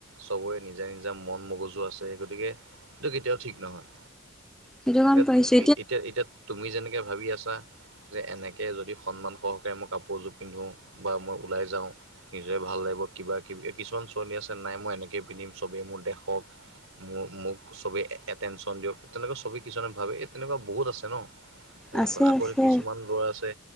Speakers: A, on the right; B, in the centre.
A: চবৰে নিজা -নিজা মন মগজু আছে গতিকে এইটো কেতিয়াও ঠিক নহয়।
B: সেইটো গম
A: এটো
B: পাইছো
A: এতিয়া -এতিয়া তুমি যেনেকে ভাবি আছা যে এনেকৈ যদি সন্মান সহকাৰে মই কাপোৰ এযোৰ পিন্ধোঁ বা মই ওলাই যাওঁ নিজৰে ভাল লাগিব কিবা-কিবি। কিছুমান ছোৱালী আছে নাই মই এনেকে পিন্ধিম চবেই মোৰ দেখক। মোৰ মোক চবে এটেনচন দিয়ক। তেনেকুৱা চবেই কিছুমানে ভাবে এই তেনেকুৱা বহুত আছে ন তেনেকুৱা।
B: আছে
A: আকৌ
B: আছে
A: কিছুমান ল'ৰা আছে